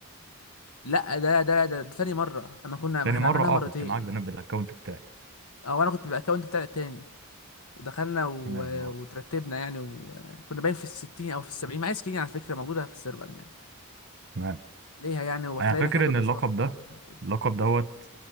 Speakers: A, on the left; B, on the right.
A: لا ده ده ده, ده تاني مره اما كنا ما
B: تاني
A: احنا
B: مره
A: عملناها
B: اه
A: مرتين
B: كنت معاك بنفس بالاكونت بتاعي
A: اه وانا كنت بالاكونت بتاعي التاني ودخلنا و...
B: تمام اه
A: وترتبنا يعني وكنا باين في الستين او في السبعين معايا سكرين على فكره موجوده في السيرفر يعني
B: تمام
A: ليها يعني وتلاقي
B: انا فاكر
A: ان احنا كنا
B: ان اللقب
A: 67
B: ده
A: حاجه شبه كده
B: اللقب دوت